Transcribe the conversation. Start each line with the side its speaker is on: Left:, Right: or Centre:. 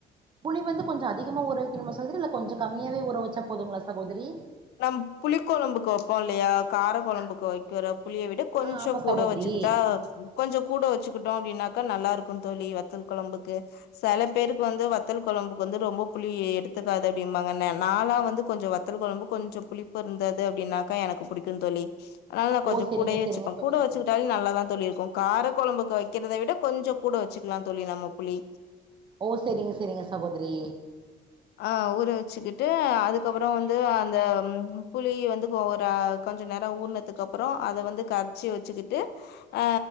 Right: புளி வந்து கொஞ்சம் அதிகமா ஊற வக்கணுமா சகோதிரி இல்ல கொஞ்சம் கம்மியாவே ஊற வச்சா போதுங்களா சகோதிரி
Left: நம் புளி கொழம்புக்கு வப்போம் இல்லையா கார கொழம்பு கோ வக்கிற புளிய விட கொஞ்சம்
Right: ஆ ஆமா
Left: கூட
Right: சகோதரி
Left: வச்சிக்கிட்டா கொஞ்சம் கூட வச்சிக்கிட்டோம் அப்டின்னாக்கா நல்லா இருக் கும் தோழி வத்தல் கொளம்புக்கு செல பேருக்கு வந்து வத்தல் கொழம்புக்கு வந்து ரொம்ப புளி எடுத்துக்காத அப்டிம்பாங்க ந நாலா வந்து கொஞ்சம் வத்தல் கொழம்பு கொஞ்சம் புளிப்பு இருந்தது அப்டின்னாக்கா எனக்கு புடிக்கும் தோழி அதனால நா கொஞ்ச
Right: ஓ செரிங்க
Left: கூடயே
Right: செரிங்க
Left: வச்சிப்பன்
Right: சகோதரி
Left: கூட வச்சக்கிட்டாலே நல்லாதா தோழி இருக்கும் கார கொழம்புக்கு வக்கிறத விட கொஞ்சம் கூட வச்சிக்கிலா தோழி நம்ம புளி
Right: ஓ செரிங்க செரிங்க சகோதிரி
Left: ஆ ஊற வச்சிக்கிட்டு அதுக்கப்புறம் வந்து அந்த புளிய வந்து ஒரு கொஞ்சம் நேரம் ஊறனதுக்கு அப்புறம் அத வந்து கரைச்சக வச்சிக்கிட்டு ஆ